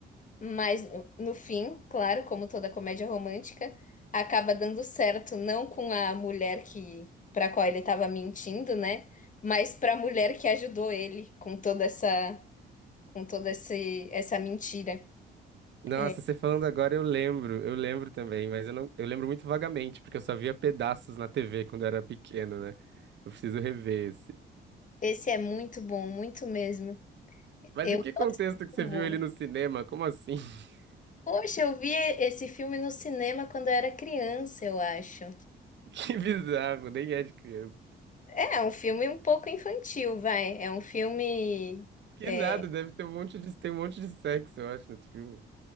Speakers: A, on the left (about 40°); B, on the right (about 65°).
A: mas no, no fim, claro, como toda comédia romântica, acaba dando certo, não com a mulher que para qual ele estava mentindo, né? Mas para a mulher que ajudou ele com toda essa com toda esse, essa mentira.
B: Nossa,
A: É,
B: você falando agora eu lembro, eu lembro também, mas eu não, eu lembro muito vagamente, porque eu só via pedaços na TV quando eu era pequeno, né? Eu preciso rever esse.
A: Esse é muito bom, muito mesmo.
B: Mas
A: Eu
B: em que contexto
A: gosto do
B: que você
A: humor.
B: viu ele no cinema? Como assim? <laughs>
A: Poxa, eu vi esse filme no cinema quando eu era criança, eu acho.
B: Que bizarro, nem é de criança.
A: É, é um filme um pouco infantil, vai. É um filme.
B: Que
A: É,
B: nada, deve ter um monte de, tem um monte de sexo, eu acho, nesse filme.